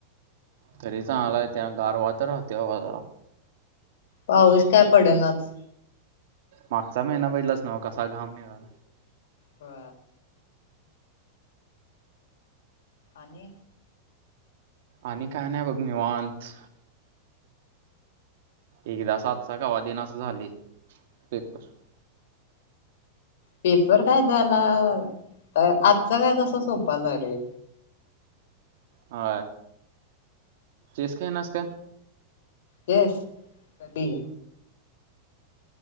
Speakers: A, on the right; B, on the left.
A: तरी चांगलाय त्या गारवा तर राहते बाजार
B: पाऊस काय पडे नाज
A: मागचा महिना बजलाच नव कसा घाम निघला
B: हा आणि
A: आणि काय नाही बघ निवांत एकदा सात स गवा दिनास झाली पेपर
B: पेपर काय द्याला आजचा काय तसा सोपा झा रे
A: हा स का नास का
B: येस कधी